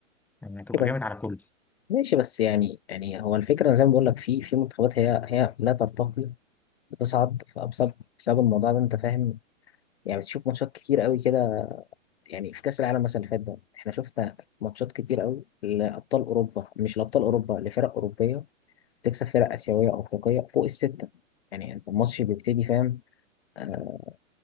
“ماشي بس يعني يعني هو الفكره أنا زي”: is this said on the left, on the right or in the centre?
Left